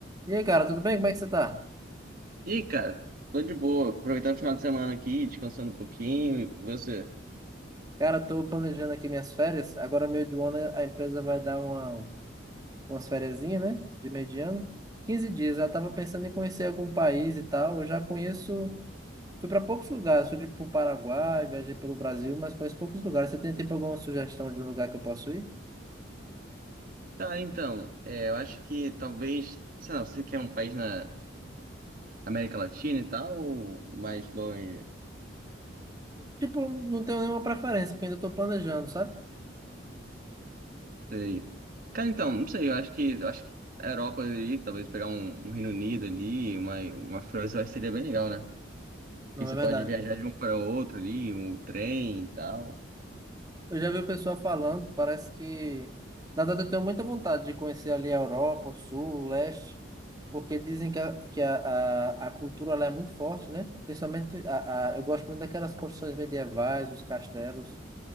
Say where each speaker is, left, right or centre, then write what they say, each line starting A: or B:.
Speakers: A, on the right; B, on the right.
A: E aí, cara, tudo bem? Como é que você tá?
B: Ih, cara, tô de boa, aproveitando o final de semana aqui, descansando um pouquinho, e você?
A: Cara, eu tô planejando aqui minhas férias. Agora, meio do ano, a empresa vai dar uma, umas fériasinha, né? De meio de ano. quinze dias. Eu tava pensando em conhecer algum país e tal. Eu já conheço... Fui para poucos lugares. Fui, tipo, pro Paraguai, viajei pelo Brasil, mas conheço poucos lugares. Você tem, tipo, alguma sugestão de um lugar que eu posso ir?
B: Cara, então, é, eu acho que talvez, sei lá, você quer um país na América Latina e tal, ou mais longe?
A: Tipo, não tenho nenhuma preferência, porque ainda tô planejando, sabe?
B: Sei. Cara, então, não sei, eu acho que, eu acho que a Europa ali, talvez pegar um, um Reino Unido ali, uma, uma França, eu acho que seria bem legal, né? Porque
A: Não,
B: você
A: é verdade.
B: pode viajar de um para outro ali, um trem e tal.
A: Eu já vi o pessoal falando, parece que... Na verdade, eu tenho muita vontade de conhecer ali a Europa, o Sul, o Leste. Porque dizem que a, que a, a, a cultura ela é muito forte, né? Principalmente, a, a, eu gosto muito daquelas construções medievais, os castelos,